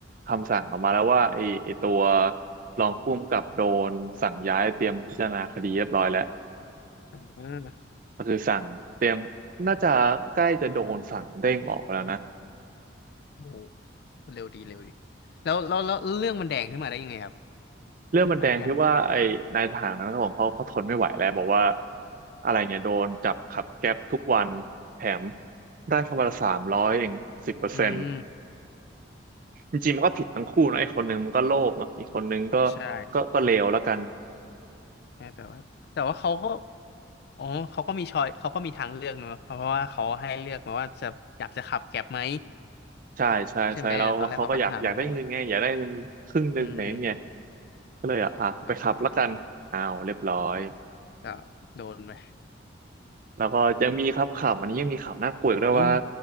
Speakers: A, on the right; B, on the left.
A: คำสั่งออกมาแล้วว่าไอ้ไอ้ตัวรองผู้กำกับโดนสั่งย้ายเตรียมพิจารณาคดีเรียบร้อยแล้ว
B: อ่า
A: ก็คือสั่งเตรียมน่าจะใกล้จะโดนสั่งเด้งออกแล้วนะ
B: โอ้โหเร็วดีเร็วดีแล้วแล้วแล้วเรื่องมันแดงขึ้นมาได้ยังไงครับ
A: เรื่องมันแดงที่ว่าไอ้นายทหารนั้นของเขาเขาทนไม่ไหวแล้วบอกว่า
B: อันนี้อยากถามหน่อย
A: อะไรเนี่ยโดนจับขับแก๊ปทุกวันแถมได้แค่วันละสามร้อยเองสิบเปอร์เซ็นต์
B: อืม
A: จริงๆมันก็ผิดทั้งคู่นะไอ้คนหนึ่งมันก็โลภเนอะอีกคนหนึ่งก็
B: ใช่
A: ก็ก็เลวแล้วกัน
B: ใช่แต่ว่าแต่ว่าเขาก็อ๋อเขาก็มีชอยเขาก็มีทางเลือกเนอะเพราะว่าเขาให้เลือกมาว่าจะอยากจะขับแกร็บไหม
A: ใช่ใช่ใช่แล้วแล้วเขาก็อยากอยากได้เงินไงอยากได้เงินครึ่งหนึ่งไหนเงี้
B: ใช่ไหมตอนแรกเขาก็ถามแล้วอืม
A: ก็เลยอ่ะอ่ะไปขับแล้วกันอ้าวเรียบร้อย
B: ก็ก็โดนไป
A: แล้วก็ยังมีครับข่าวอันนี้ยังมีข่าวน่ากลัวอีกด้วยว่า
B: โอ้ยมี